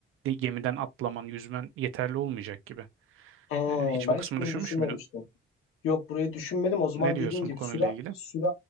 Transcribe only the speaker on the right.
de- gemiden atlaman, yüzmen yeterli olmayacak gibi.
E, hiç
bu kısmı
düşünmüş
müydün?
Ne diyorsun
bu konuyla
ilgili?